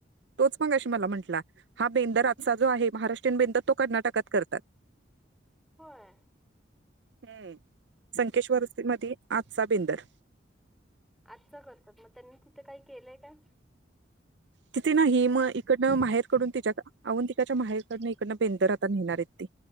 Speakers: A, on the right (about 65°); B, in the centre.
A: तोच मगाशी मला म्हंटला हा बेंदर आजचा जो आहे महाराष्ट्र बेंदर तो कर्नाटकात करतात
B: होय
A: हम् संकेश्वरमध्ये आजचा बेंदर,
B: आजच करतात मग त्यांनी तिथं काही केलंय काय
A: तिथे नाही मग इकडनं माहेरकडून तिच्याकडे अवंतिकाच्या माहेरकडन इकडनं बेंदर आता नेणार आहेत ते,